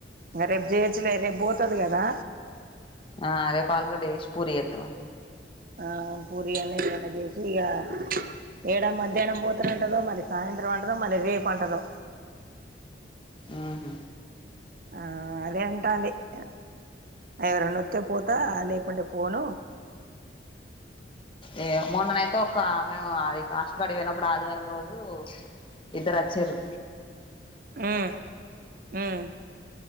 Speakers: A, on the right; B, on the left.
A: ఇగా రెప్ జేయోచ్చులే రెప్ బొత్తది గదా
B: ఆ రేపలిగడ్డ యేష్ పూరి ఎతవ
A: ఆ పూరి అన్న ఏమన్నా జేషి ఇగా ఏడా మధ్యానం పోతనంటదో మరి సాయంత్రం అంటదో మరే రెప్ అంటదో
B: ఉహ్మ్
A: ఆ అదే అంటాంది ఆ ఎవరన్నా ఓతే పోతా లేకుంటే పోను
B: ఏ మొన్ననైతే ఒక మేము అడి ఆష్టగాడి వోయినప్పుడు ఆదివారం రోజు ఇద్దరచ్చిరు
A: ఉమ్ ఉమ్